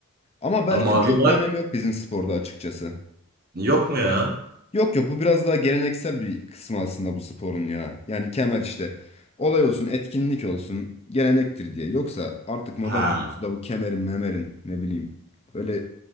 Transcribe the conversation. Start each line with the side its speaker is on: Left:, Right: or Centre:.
Left: Ama beltin
Right: Ha, mavi
Left: çok
Right: var.
Left: bir önemi yok bizim sporda açıkçası.
Right: Yok mu ya?
Left: Yok yok bu biraz daha geleneksel bir kısmı aslında bu sporun ya. Yani kemer işte. Olay olsun, etkinlik olsun, gelenektir diye. Yoksa artık modern
Right: Ha.
Left: jiu-jitsu'da bu kemerin, memerin ne bileyim böyle